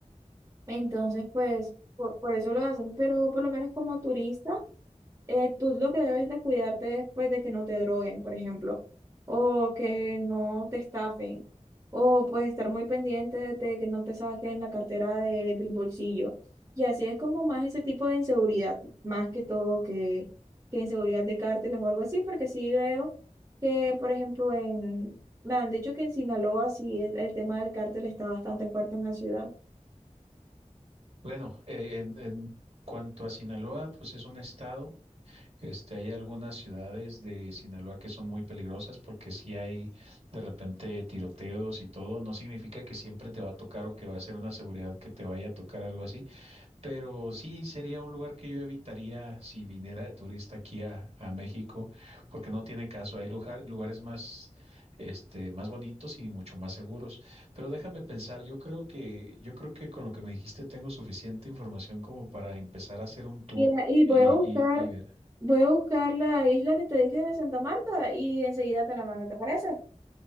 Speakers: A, on the right; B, on the right.
A: Entonces, pues por por, eso lo hacen, pero por lo menos como turista, eh, tú lo que debes de cuidarte es pues, de que no te droguen, por ejemplo, o que no te estafen, o pues estar muy pendiente de que no te saquen la cartera de- del bolsillo. Y así es como más ese tipo de inseguridad, más que todo que, que inseguridad de cárteles o algo así, porque sí veo que, por ejemplo, en, me han dicho que en Sinaloa sí el, el tema del cártel está bastante fuerte en la ciudad.
B: Bueno, eh, en, en cuanto a Sinaloa, pues es un estado. Este, hay algunas ciudades de Sinaloa que son muy peligrosas porque si hay de repente tiroteos y todo, no significa que siempre te va a tocar o que va a ser una seguridad que te vaya a tocar algo así, pero sí, sería un lugar que yo evitaría si viniera de turista aquí a, a México, porque no tiene caso. Hay lugar- lugares más, este, más bonitos y mucho más seguros. Pero déjame pensar, yo creo que, yo creo que con lo que me dijiste tengo suficiente información como para empezar a hacer un tour
A: Mira, y voy
B: y,
A: a buscar,
B: y, y ver.
A: voy a buscar la isla que te dije de Santa Marta y enseguida te la mando, ¿te parece?